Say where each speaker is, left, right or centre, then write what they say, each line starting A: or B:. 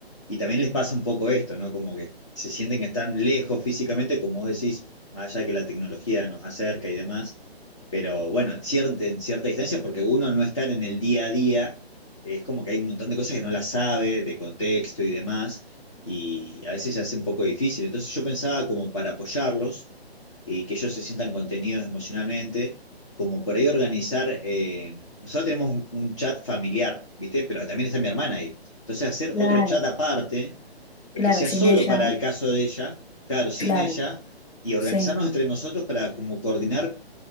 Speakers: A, on the left; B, on the left.
A: Y también les pasa un poco esto, ¿no? Como que se sienten que están lejos físicamente, como vos decís, más allá de que la tecnología nos acerca y demás, pero bueno, cier- en cierta distancia, porque uno al no estar en el día a día, es como que hay un montón de cosas que no las sabe, de contexto y demás, y a veces se hace un poco difícil. Entonces yo pensaba como para apoyarlos y que ellos se sientan contenidos emocionalmente, como por ahí organizar, eh, nosotros tenemos un, un chat familiar, ¿viste? Pero también está mi hermana ahí. Entonces hacer
B: Claro,
A: otro chat aparte, eh,
B: claro,
A: que sea
B: sin
A: solo
B: ella,
A: para el caso de ella, claro, sin
B: claro,
A: ella, y organizarnos
B: sí,
A: entre nosotros para como coordinar